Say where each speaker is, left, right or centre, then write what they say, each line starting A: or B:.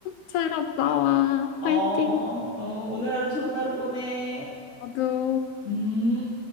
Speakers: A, on the left (about 85°); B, on the left (about 20°).
A: 잘 갔다 와.
B: 어,
A: 화이팅.
B: 어, 오늘 하루 좋은 하루 보내.
A: 나도.
B: 음.